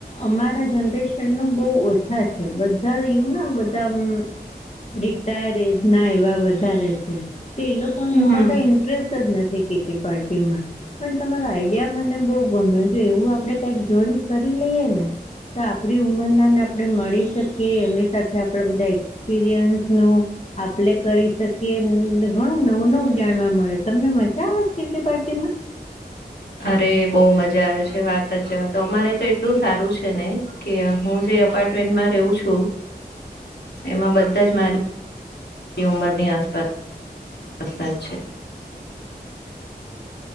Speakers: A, on the left; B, on the left.
A: અમારા જનરેશન નું બહુ ઓછા છે બધા યું દમ રિટાયર એજ ના એવા બધા રહેશે. તો એ લોકોને
B: હમ
A: એમાં કઈ ઇન્ટરેસ્ટ જ નથી. કેતી પાર્ટી માં પણ તમારો આઈડિયા મને બહુ ગમ જો એવું આપડે કઈક જોઈન કરી લઈએ ને તો આપણી ઉમરના આપણે મળી શકીએ. એમની સાથે આપણા બધા એક્સપિરિયન્સનું આપણે કરી શકીએ. ઘણું નવું નવું જાણવા મળે તમને મજા આવે કીટી પાર્ટીમાં.
B: અરે બહુ મજા આવે છે. વાત જ જવા તો અમારે તો એટલું સારું છે ને. કે હું જે અપાર્ટમેન્ટમાં રેવું છું. એમાં બધા જ મારી ઉંમરની આસપાસ છે.